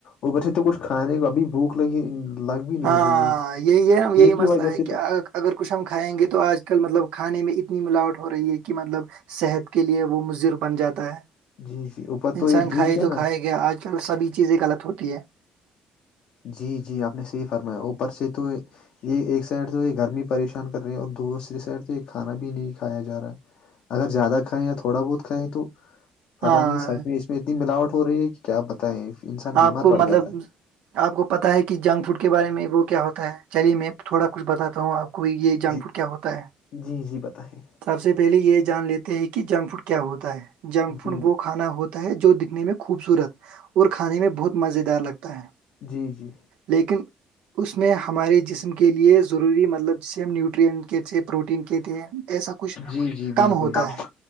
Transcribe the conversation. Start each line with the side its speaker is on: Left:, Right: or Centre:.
Left: اوبر سے تو کچھ کھانے کو ابھی بھوک لگی ہے ان لگ بھی نہیں
Right: ہاں
Left: رہی
Right: یہی یہی مسئلہ
Left: کی وجہ
Right: ہے
Left: سے
Right: کہ
Left: تو
Right: اگر کچھ ہم کھائیں گے تو آج کل مطلب کھانے میں اتنی ملاوٹ ہو رہی ہے کہ مطلب صحت کے لئے وہ مضر بن جاتا ہے
Left: جی جی اوپر
Right: انسان
Left: تو یہ
Right: کھائے
Left: دھوپ
Right: تو
Left: ہے نا
Right: کھائے کیا آج کل سبھی چیزیں غلط ہوتی ہے
Left: جی جی آپ نے صحیح فرمایا اوپر سے تو یہ یہ ایک سائڈ تو یہ گرمی پریشان کر رہی ہے اور دوسری سائڈ تو یہ کھانا بھی نہیں کھایا جا رہا ہے اگر زیادہ کھائیں یا تھوڑا بہت کھائیں تو پتا
Right: ہاں
Left: نہیں سچ میں اس میں اتنی ملاوٹ ہو رہی ہے کہ کیا بتائیں انسان بیمار
Right: آپ کو
Left: پڑ
Right: مطلب
Left: جاتا ہے
Right: آپ کو پتا ہے کہ جنک فوڈ کے بارے میں وہ کیا ہوتا ہے چلیے میں تھوڑا کچھ بتاتا ہوں آپ کو کو یہ
Left: ہے
Right: جنک
Left: جی
Right: فوڈ کیا ہوتا ہے
Left: جی جی بتائیں
Right: سب سے پہلے یہ جان لیتے ہیں کہ جنک فوڈ کیا ہوتا ہے جنک فوڈ
Left: جی جی
Right: وہ کھانا ہوتا ہے جو دکھنے میں خوبصورت اور کھانے میں بہت مزے دار لگتا ہے
Left: جی جی
Right: لیکن اس میں ہمارے جسم کے لیے ضروری مطلب سیم نیوٹرین کیس پروٹین کہتے ہیں ایسا کچھ
Left: جی جی
Right: کم
Left: بالکل
Right: ہوتا
Left: بالکل
Right: ہے